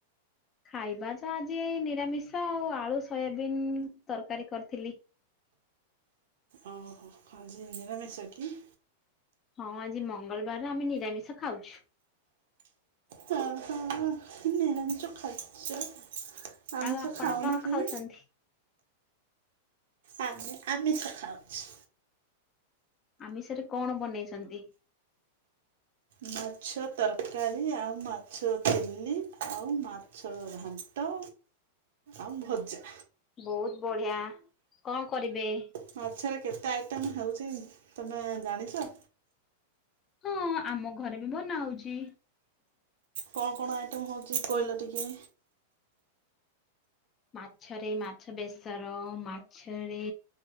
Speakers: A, on the left; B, on the right.
A: ଖାଇବା ଜା ଆଜି ଏ ନିରାମିଷ ଆଉ ଆଳୁ ସୋୟାବିିନ ତରକାରୀ କରିଥିଲି।
B: ଓ ଆଜି ନିରାମିଷ କି?
A: ହଁ ଆଜି ମଙ୍ଗଳବାରରେ ଆମେ ନିରାମିଷ ଖାଉଛୁ।
B: ହ ହ ନିରଜ ଖା୍ୟ ଚ୍ ଆମେ
A: ଆଉ
B: ସେ
A: ଆପଣ
B: ଖାଉାଉନା
A: କଣ
B: କି?
A: ଖାଉଛନ୍ତି?
B: ଆମେ ଆମିଷ ଖାଉଚୁ।
A: ଆମିଷ ରେ କଣ ବନେଇଚନ୍ତି?
B: ମାଛ ତରକାରୀ ଆଉ ମାଛ ଚିଲ୍ଲି ଆଉ ମାଛ ଘା ଣ୍ଟ ଆଉ ଭଜା।
A: ବହୁତ ବଢିଆ କଣ କରିବେ?
B: ମାଛରେ କେତେ ଆଇଟମ ହେଉଚି ତମେ ଜାଣିଛ?
A: ହଁ ଆମ ଘରେ ବି ବନା ହଉଛି।
B: କଣ କଣ ଆଇଟମ ହଉଛି କହିଲ ଟିକେ।
A: ମାଛରେ ମାଛ ବେସର ମାଛରେ